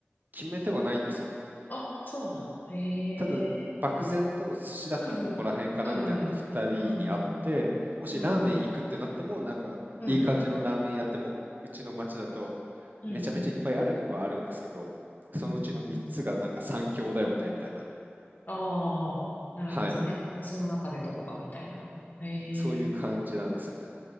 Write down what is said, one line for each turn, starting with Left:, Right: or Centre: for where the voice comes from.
Right: 決めてはないんですよ。
Left: あ、そうなんだ。ええ
Right: ただ漠然と寿司だったらここら辺かなみたいなのが2人にあってもしラーメン行くってなってもなんかいい感じのラーメン屋ってもううちの町だとめちゃめちゃいっぱいあるはあるんですけどそのうちの3つがなんか三強だよねみたいな
Left: うん、うん、うん、うん、うん、うん、うん、うん、うん、うん、うん、うんうんうん。ああ、なるほどね。
Right: はい
Left: その中でどこかみたいな。ええ、
Right: そういう感じなんですよね